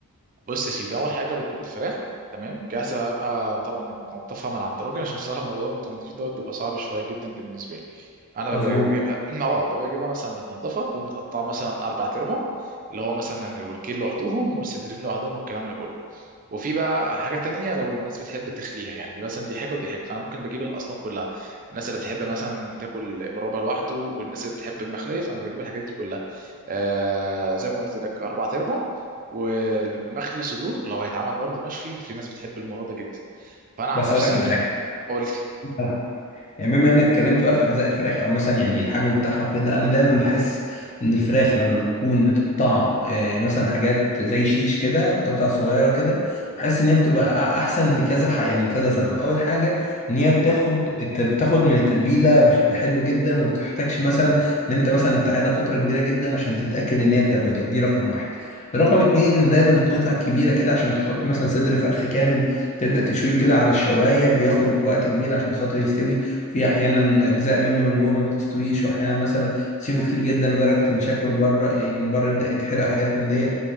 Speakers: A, on the right (about 35°); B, on the left (about 30°).
A: بص يا سيدي اول حاجه بتجيب الفراخ تمام جاهزه بقى طبعا بتنضفها من عند راجل عشان الصراحه موضوع التنظيف دوت بيبقى صعب شويه جدا بالنسبه لي انا
B: مظبوط
A: ببقى بجيبها <clears throat> اه ببقى بجيبها مثلا بتنضفها ومتقطعه مثلا اربع ارباع اللي هو مثلا الوركين لوحدهم والصدرين لوحدهم والكلام ده كله وفي بقى حاجه تانية لو الناس بتحب تخليها يعني دي مثلا دي حاجه ودي حاجه فانا ممكن بجيب الاصناف كلها الناس اللي بتحب مثلا بتاكل الربع لوحده والناس اللي بتحب المخليه فانا بجيب الحاجات دي كلها آه زي ما قلت لك اربع ارباع والمخلي صدور لو هيتعمل برضو مشوي في ناس بتحب الموضوع ده جدا فانا عن
B: بس
A: نفسي
B: اقول لك على
A: قول
B: حاجه يعني بما انك اتكلمت بقى في اجزاء الفراخ او مثلا يعني الحجم بتاعها وكده انا دايما بحس ان الفراخ لما بتكون متقطعه آه، يعني مثلا حاجات زي شيش كده قطع صغيره كده بحس ان هي بتبقى احسن لكذا ح... يعني لكذا سبب اول حاجه ان هي بتاخد الت- بتاخد من التتبيله بش- بحلو جدا وما بتحتاجش مثلا ان انت مثلا تقعدها فتره كبيره جدا عشان تتاكد ان هي اتبلت دي رقم واحد رقم اتنين ان دايما القطع كبيره كده عشان تحط مثلا صدر فرخ كامل تبدا تشويه كده على الشوايه بياخد وقت كبير عشان خاطر يستوي في احيانا اجزاء منه من جوه ما بتستويش واحيانا مثلا تسيبه كتير جدا لدرجه ان شكله من بره يعني من بره يبدا يتحرق حاجات من دي على